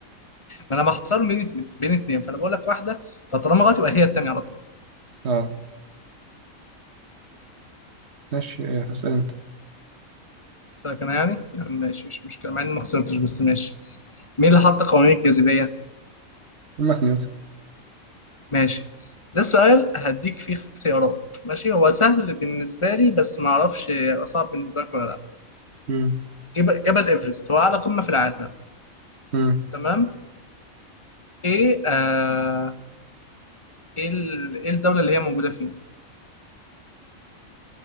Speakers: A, on the left; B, on the right.
A: ما انا محتار بين بين اتنين فانا بقول لك واحدة فطالما غلط يبقى هي التانية على طول
B: اه ماشي ايه اسأل انت
A: سلك انا يعني يعني ماشي مش مشكلة مع اني ما خسرتش بس ماشي مين اللي حط قوانين الجاذبية
B: امك نيوتن
A: ماشي ده سؤال هديك فيه اختيارات ماشي هو سهل بالنسبة لي بس ما اعرفش هيبقى صعب بالنسبة لك ولا لا
B: امم
A: جب- جبل ايفرست هو اعلى قمة في العالم
B: امم
A: تمام ايه آه ايه ال- ايه الدولة اللي هي موجودة فيه